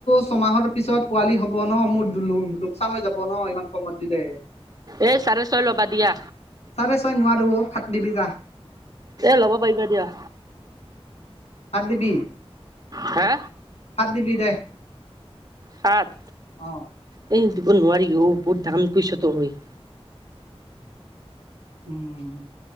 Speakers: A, on the left; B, on the right.
A: ছমাহৰ পিছত পোৱালি হ'ব ন, মোৰ দু লো লোকচান হৈ যাব ন, ইমান কমত দিলে।
B: এই চাৰে ছয় ল'বা দিয়া।
A: চাৰে ছয় নোৱাৰো, সাত দিবি যা।
B: এ ল'ব পাৰিবা দিয়া।
A: সাত দিবি?
B: হে!
A: সাত দিবি দে।
B: সাত?
A: অ।
B: এ দিব নোৱাৰি অ, বহুত দাম কৈছ তই।
A: উম উ।